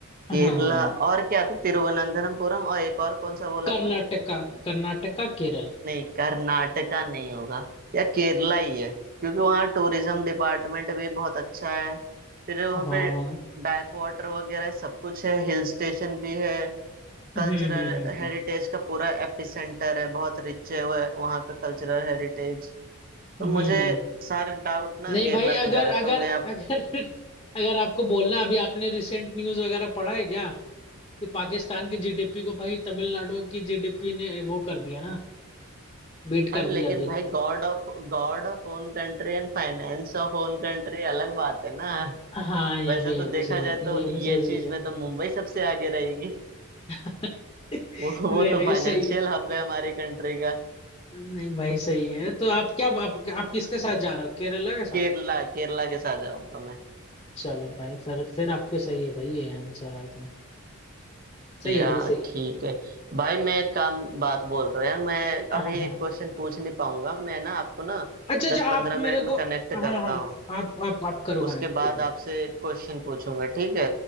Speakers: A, on the left; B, on the right.
A: हाँ
B: केरला और क्या था तिरुवनंतपुरम और एक और कौन सा बोला
A: कर्नाटका
B: था
A: कर्नाटका केरल
B: नहीं कर्नाटका नहीं होगा या केरला ही है क्योंकि वहाँ टूरिज्म डिपार्टमेंट भी बहुत अच्छा है फिर वहाँ
A: हाँ
B: पे
A: हाँ
B: बैक वाटर वगैरह सब कुछ है हिल स्टेशन भी है कल्चरल
A: हम्म हम्म
B: हेरिटेज
A: हम्म
B: का पूरा एपिसेंटर है बहुत रिच है वह- वहाँ का कल्चरल हेरिटेज तो
A: हम्म
B: मुझे
A: हम्म,
B: सारे डाउट ना
A: नहीं
B: केरला
A: भाई अगर
B: पे जा रहे तो
A: अगर
B: मैं अब
A: अगर <laughs> अगर आपको बोलना अभी आपने रिसेंट न्यूज वगैरह पढ़ा है क्या कि पाकिस्तान की जीडीपी को भाई तमिलनाडु की जीडीपी ने वो कर दिया ना बीट कर
B: अरे
A: दिया
B: लेकिन
A: अभी
B: भाई God of God of own country and finance of own country अलग बात है ना
A: हाँ ये
B: वैसे
A: भी
B: तो
A: ये भी
B: देखा
A: सही
B: जाए तो
A: ये
B: ये
A: भी सही चीज
B: चीज
A: है
B: में तो मुंबई सबसे आगे रहेगी
A: <laughs>
B: वो
A: नहीं
B: वो तो
A: नहीं
B: फाइनेंशियल
A: सही है।
B: हब है हमारी कंट्री का
A: नहीं भाई सही है तो आप क्या आप, आप किसके साथ जा रहे हो केरला के
B: केरला
A: साथ
B: केरला के साथ जाऊंगा मैं
A: चलो भाई फिर फिर आपके सही है भाई ये आंसर आई थिंक सही
B: या
A: है भाई सही है
B: ठीक है भाई मैं एक काम बात बोल रहा हूँ यार मैं
A: हाँ
B: अभी
A: हाँ हाँ।
B: एक क्वेश्चन पूछ नहीं पाऊंगा मैं ना आपको ना
A: अच्छा अच्छा
B: दस
A: आप
B: पंद्रह मिनट
A: मेरे
B: में
A: को
B: कनेक्ट
A: हाँ
B: करता
A: हाँ
B: हूँ
A: आप आप आप करो
B: उसके
A: कनेक्ट
B: बाद
A: ठीक है
B: आपसे क्वेश्चन पूछूंगा ठीक है